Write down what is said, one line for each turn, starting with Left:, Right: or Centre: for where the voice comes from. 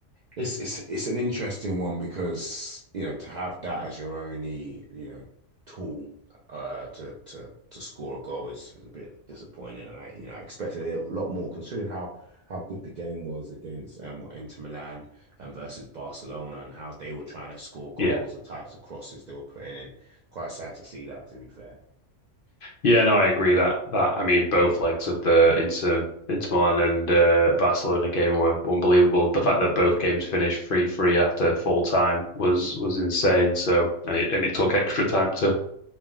Right: It's it's it's an interesting one because you know to have that as your only you know tool uh to to to score a goal is, is a bit disappointing and I you know I expected it a lot more considering how how good the game was against um Inter Milan and versus Barcelona and how they were trying to score goals
Left: yeah.
Right: the types of crosses they were putting in quite sad to see that to be fair
Left: Yeah, no, I agree that that I mean both legs of the Inter Inter Milan and uh, Barcelona game were unbelievable. The fact that both games finished 3-3 after full time was was insane. So and it and it took extra time to